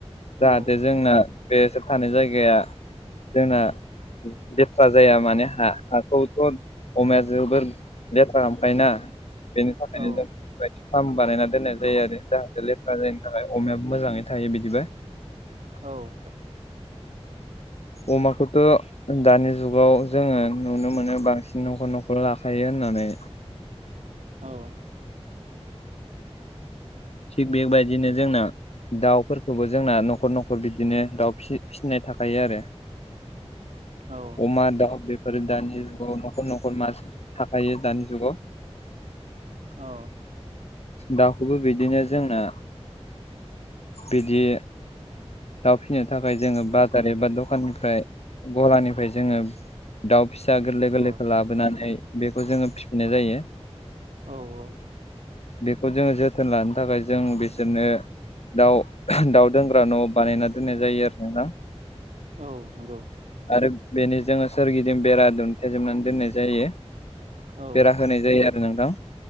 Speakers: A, on the left; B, on the right.
A: जाहाथे
B: औ
A: जोंना बेस थानाय जायगाया जोंना लेथ्रा जाया माने हा। हाखौथ' अमाया जोबोर लेथ्रा हखायोनाा बेनि थाखायनो
B: औ
A: जों बदि फार्म बानायना दोननाय जायो आरो जाहाथे लेफ्रा जायनि थाखाय अमायाबो मोजाङै थायो बिदिबा।
B: औ।
A: अमाखौथ' दानि जुगाव जोङो नुनो मोनो बांसिन न'खर न'खर लाखायो होननानै।
B: औ।
A: थिग बेगबायदिनो जोंना दाउफोरखौबो जोंना न'खर न'खर बिदिनो दाउ फिसिनाय थाखायो आरो।
B: औ।
A: अमा दाउ बेफोरो दानि जुगाव न'खर न'खर मा थाखायो दानि जुगाव।
B: औ।
A: दाउखौबो बिदिनो जोंना बिदि दाउ फिसिनो थाखाय जोङो बाजार एबा दखाननिफ्राय गलानिफ्राय जोङो दाउ फिसा गोरलै गोरलैखौ
B: औ
A: लाबोनानै बेखौ जोङो फिफिनाय जायो।
B: औ औ।
A: बेखौ जोङो जोथोन लानो थाखाय जों बिसोरनो दाउ दाउ दोनग्रा न' बानायना दोननाय जायो आरो नोंथां
B: औ नंगौ
A: आरो बेनो जोंङो सोरगिदिं बेरा दुन्थेजोबनानै दोननाय जायो
B: औ
A: बेरा होनाय जायो आरो नोंथां